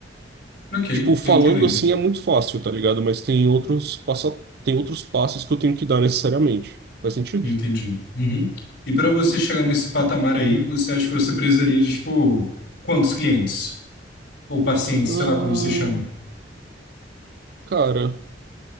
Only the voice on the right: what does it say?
Tipo, falando
assim é muito fácil, tá ligado? Mas tem outros passa... tem outros passos que eu tenho que dar necessariamente. Faz sentido?
Ahn,
cara,